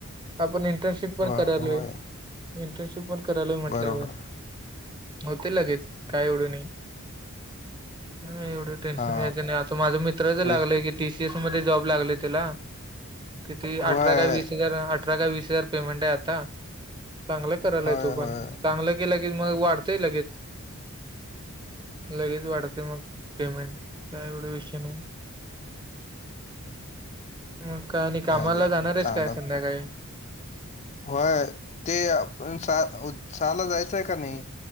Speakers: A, on the right; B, on the left.
A: आपण इंटर्नशिप पण
B: हो
A: करालोय
B: होय
A: इंटर्नशिप पण करालोय म्हटल्यावर.
B: बरोबर
A: होतंय लगेच काय एवढं नाही. एवढं टेन्शन
B: हा
A: घ्यायचं नाही. आता माझ्या मित्राचं
B: रेस्क्यू
A: लागलेय की. टीसीएस मध्ये जॉब लागले तेला किती
B: होय
A: अठरा का वीस हजार. अठरा काय वीस हजार पेमेंट आहे. आता चांगलं करायला
B: होय
A: तो पण
B: होय
A: चागलं केला की मग वाढतंय लगेच. लगेच वाढते मग पेमेंट काय एवढं विषय नाही. मग काय आणि कामाला
B: भारी आहे
A: जाणार
B: मग
A: येस
B: चांगलं
A: काय संध्याकाळी.
B: होय ते आपण सहाला जायचंय काय नाही.